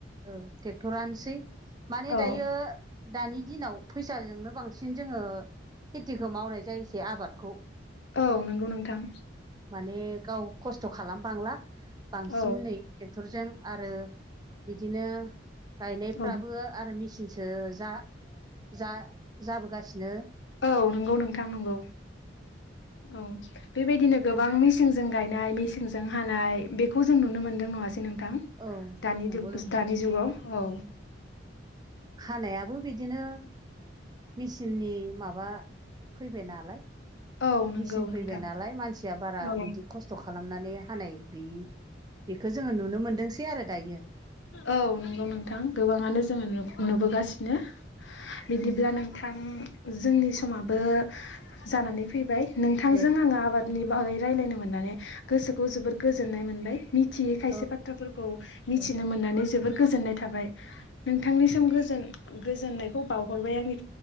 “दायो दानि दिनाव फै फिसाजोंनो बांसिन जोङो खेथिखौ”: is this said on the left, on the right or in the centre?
Right